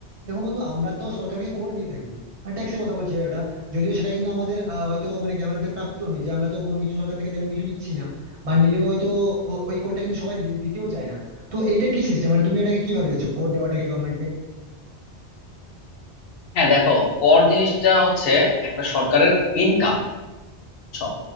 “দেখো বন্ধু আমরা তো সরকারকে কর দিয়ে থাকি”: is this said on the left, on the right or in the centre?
Right